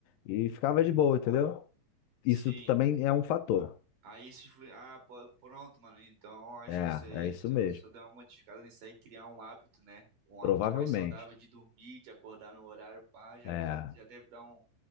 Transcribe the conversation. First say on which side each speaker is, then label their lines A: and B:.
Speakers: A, on the left; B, on the right.
A: E ficava de boa, entendeu? Isso
B: Sim.
A: também é um fator.
B: Aí isso influi. Ah, pô, pronto, mano. Então acho
A: É,
B: que isso aí,
A: é isso
B: se
A: mesmo.
B: eu, se eu der uma modificada nisso aí, criar um hábito, né? Um
A: Provavelmente.
B: hábito mais saudável de dormir, de acordar no horário, pá, já,
A: É.
B: já, já deve dar um,